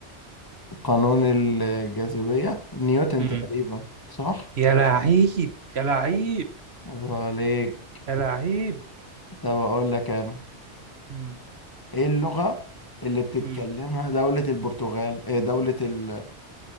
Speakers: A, on the left (about 20°); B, on the right (about 65°).
A: قانون الجاذبية نيوتن
B: مم.
A: تقريبا صح
B: يا لعيب يا لعيب
A: عيب عليك
B: يا لعيب
A: طب اقول لك انا
B: مم.
A: ايه اللغة اللي بتتكلمها
B: مم.
A: دولة البرتغال إيه دولة ال